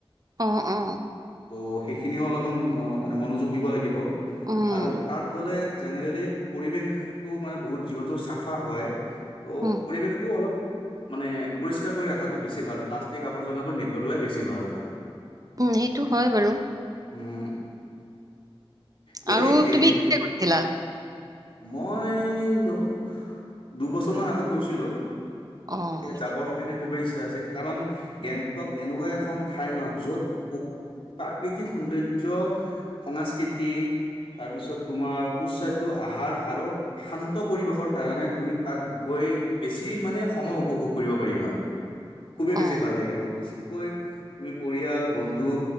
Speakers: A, on the right (about 40°); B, on the left (about 65°).
A: অ অ।
B: ত' সেইখিনিও অলপমান মানে মনোযোগ দিব লাগিব।
A: উম,
B: আৰু তাত গ'লে জেনেৰেলি পৰিৱেশটো মানে বহুত যিহেতু চাফা হয়। ত'
A: উম,
B: পৰিৱেশটো অলপ মানে পৰিষ্কাৰ কৰি ৰাখাটো বেছি ভাল প্লাষ্টিক আৱৰ্জনাবোৰ নেপেলোৱাই বেছি ভাল তাত।
A: উম সেইটো হয় বাৰু।
B: উম। গতিকে
A: আৰু
B: গেং
A: তুমি কেতিয়া গৈছিলা?
B: মই লু দুবছৰমান আগত গৈছিলোঁ।
A: অ',
B: গতিকে যাবৰ সেইকাৰণে খুবেই ইচ্ছা আছে কাৰণ গেংটক এনেকুৱা এখন ঠাই ন য'ত পোক প্ৰাকৃতিক সৌন্দৰ্য সংস্কৃতি তাৰপিছত তোমাৰ সুস্বাদ্য আহাৰ আৰু শান্ত পৰিৱেশৰ কাৰণে তুমি তাত গৈ বেছি মানে সময় উপভোগ কৰিব পাৰিবা। খুবেই বেছি
A: অ',
B: ভাল লাগিব। বিশেষকৈ তুমি পৰিয়াল বন্ধু